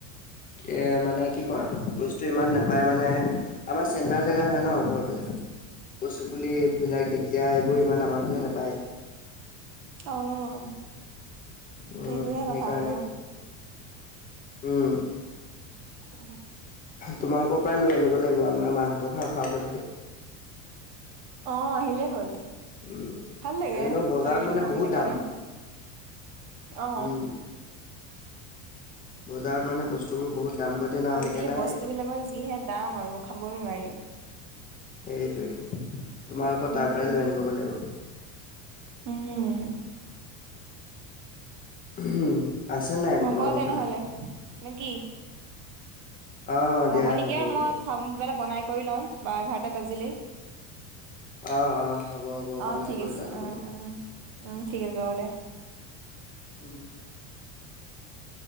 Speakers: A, on the left (about 20°); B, on the right (about 50°).
A: এ, মানে কি কম, বস্তু ইমান নাপায়
B: উম
A: মানে আমাৰ চেণ্টাৰ জেগা হয় ন ঘৰ বিলাক। কচু পুলি বিলাক দেখি এতিয়া, এইবোৰ ইমান আমাৰ ফালে নাপায়।
B: অ'!
A: উম
B: সেইটোৱেই
A: সেইকাৰণে
B: কথা মানে।
A: উম!
B: <inaudible>
A: তোমালোকৰ পৰাই লৈ আনিব লাগিব। আমাৰ মাহঁতেও খাওঁ খাওঁ কৰি থাকে।
B: অ আহিলেই হ'ল।
A: উম,
B: ভাল লাগে
A: এনেও বজাৰত
B: হেৰিটো
A: মানে
B: খাবলৈ
A: বহুত দাম।
B: কাৰণে অ
A: উম! বজাৰত মানে বস্তুবোৰ বহুত। দাম কৰি দিয়ে ন
B: আজি
A: সেইকাৰণে
B: কালি বস্তুবিলাকৰ যিহে দাম আৰু খাবই নোৱাৰি।
A: সেইটোৱে তোমালোকৰ
B: উম
A: তাৰ পৰাই লৈ আনিব গৈ লাগিব।
B: উম।
A: উম আছে নাই আকৌ
B: হ'ব
A: তোমালোকৰ
B: তেনেহলে
A: ফালে।
B: নে কি
A: অ দিয়া
B: হ'ব নেকি
A: হ'ব
B: আৰু মই কিবা এটা বনাই কৰি লম বা এঘাৰটা বাজিলেই।
A: অহ অহ হ'ব হ'ব
B: অ
A: বনাই
B: ঠিক
A: কৰি
B: আছে
A: লোৱা তুমি।
B: অ উম উম ঠিক আছে হ'ব দে।
A: উম।